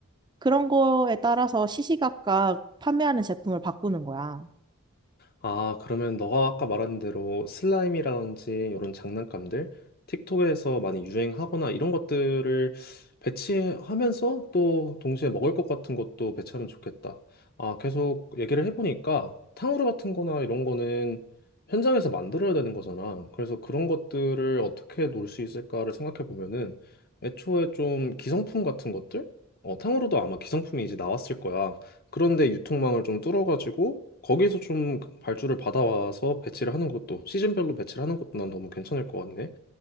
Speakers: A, on the right; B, on the left.
A: 그런 거에 따라서 시시각각 판매하는 제품을 바꾸는 거야.
B: 아, 그러면 너가 아까 말한 대로 슬라임이라든지 이런 장난감들, 틱톡에서 많이 유행하거나 이런 것들을 배치하면서 또 동시에 먹을 것 같은 것도 배치하면 좋겠다. 아, 계속 얘기를 해보니까 탕후루 같은 거나 이런 거는 현장에서 만들어야 되는 거잖아. 그래서 그런 것들을 어떻게 놓을 수 있을까를 생각해 보면은 애초에 좀 기성품 같은 것들? 어, 탕후루도 아마 기성품이 이제 나왔을 거야. 그런데 유통망을 좀 뚫어가지고 거기서 좀 발주를 받아와서 배치를 하는 것도 시즌별로 배치를 하는 것도 난 너무 괜찮을 것 같네.